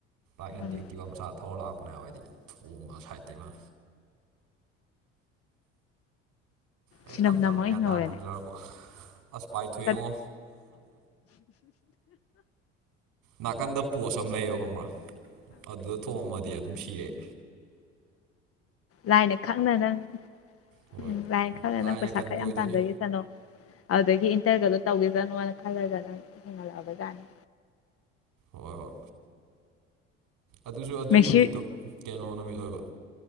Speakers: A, on the right; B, on the left.
A: ꯥꯏꯅ
B: ꯎꯝ
A: ꯇꯛꯇꯤꯕ ꯃꯆꯥ ꯊ ꯊꯣꯛ ꯂꯥꯛꯄ ꯊꯣꯡꯝꯕ ꯁꯋꯥꯠꯇꯒꯤ ꯃꯥ ꯑꯩ
B: ꯁꯤꯅꯝ
A: ꯇꯞ
B: ꯅꯝꯃꯒ
A: ꯇꯞꯅ ꯒ꯭ꯌꯥꯟ
B: ꯍꯤꯡꯍꯧꯔꯦꯅꯦ
A: ꯇꯥꯅ ꯊꯧꯖꯔꯀꯣ ꯑꯁ ꯄꯥꯏꯊꯑꯉꯣ
B: ꯆꯠ
A: ꯅꯥꯀꯟꯗ ꯄꯣꯁ ꯑꯃ ꯂꯩꯌꯦꯕ ꯈꯪꯕ꯭ꯔꯥ ꯑꯗꯨꯗ ꯊꯣꯛꯣꯡꯑꯝꯃꯗꯤ ꯑꯗꯨꯝ ꯁꯤꯔꯦꯦ
B: ꯂꯥꯏꯅ ꯈꯪꯅ ꯅꯪ
A: ꯍꯣꯏ
B: ꯎꯝ ꯂꯥꯏꯅ ꯈꯪꯔꯦ ꯅꯪ ꯄꯩꯁꯥ
A: ꯀꯟꯕ
B: ꯈꯔ ꯌꯥꯝ
A: ꯑꯣꯏꯗꯣꯏꯅꯦ
B: ꯇꯥꯟꯖꯒꯦ ꯆꯅꯣ ꯑꯗꯨꯗꯒꯤ ꯀꯇꯔꯒꯗꯣ ꯇꯧꯈꯤꯁꯅꯣꯅ ꯈꯜꯂꯒ ꯅꯪ ꯍꯦꯟꯒꯠꯂꯛꯑꯕꯖꯠꯅꯤ
A: ꯍꯣꯏ ꯍꯣꯏ ꯑꯗꯨꯁꯨ ꯑꯗꯨꯏ
B: ꯃꯦꯛꯁꯤ
A: ꯅꯨꯃꯤꯠꯇꯣ ꯀꯦꯩꯅꯣ ꯅꯨꯃꯤꯠ ꯑꯣꯏꯕ